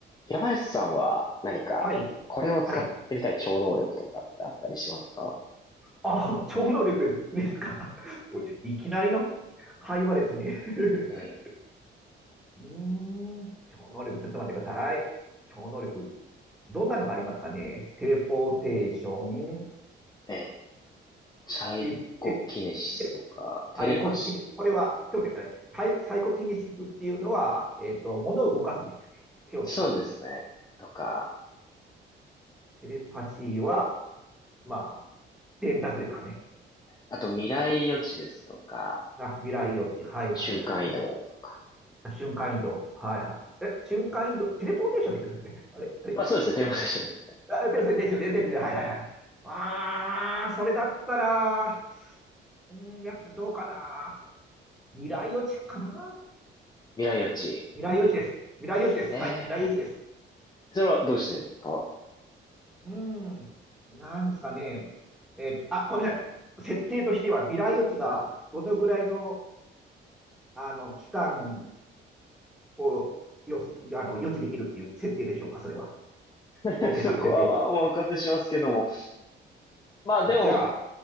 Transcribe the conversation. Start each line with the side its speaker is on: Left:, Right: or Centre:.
Left: 平林さんは何か、
Centre: はい、
Left: これを使ってみたい超能力とかってあったりしますか
Centre: はい。ああ、超能力ですか。<laughs> おいいきなりの会話ですね。<laughs>
Left: え
Centre: うーん、超能力、ちょっと待ってください。超能力、どんなのがありますかね。テレポーテーションって
Left: ーえーサイコキネシスとか、
Centre: 言って、で、
Left: テレパシーとか、
Centre: サイコキネシス。これは、ちょっと待ってください。サイサイコキネシスっていうのは、えっと、物を動かすんでしたっけ手を使わずに。
Left: そうですね。とか、
Centre: テレパシーは、まあ、伝達ですかね。
Left: あと未来予知ですとか、
Centre: あ、未来予知。はいはいはい。
Left: 瞬間移動とか。
Centre: あ瞬間移動。はいはい。え、瞬間移動。テレポーテーションですよですね。<laughs> あれ、あれ。
Left: まあそうですね、テレポーテーションですね。
Centre: あ、ですね、ですよね、ですね。はいはいはい。ああ、それだったら、うーん、やっぱどうかな。未来予知かな。
Left: 未来予知。
Centre: 未来予知です。未来予知です。
Left: ええ
Centre: はい、未来予知です。
Left: ー、それはどうしてですか
Centre: うーん、なんですかね。えっと、あ、ごめんなさい。設定としては、未来予知はどのぐらいの、あの、期間を予す、あの、予知できるっていう設定でしょうか、それは。
Left: <laughs>
Centre: OK
Left: そこはお任せしますけども。
Centre: さんの設定では。
Left: まあでも、
Centre: じゃあ、